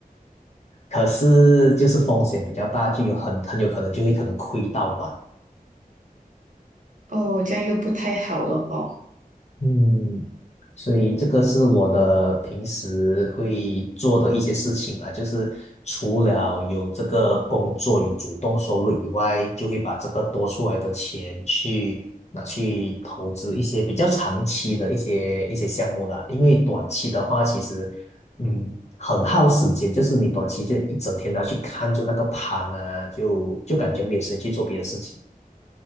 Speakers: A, on the left (about 45°); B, on the right (about 55°).
A: 可是就是风险比较大，就有很很有可能就会可能亏到完
B: 哦，这样又不太好了哦。
A: 嗯，所以这个是我的平时会做的一些事情啦，就是除了有这个工作有主动收入以外，就会把这个多出来的钱去拿去投资一些比较长期的一些一些项目啦。因为短期的话，其实嗯很耗时间，就是你短期就一整天都要去看着那个盘啊，就就感觉没有时间去做别的事情。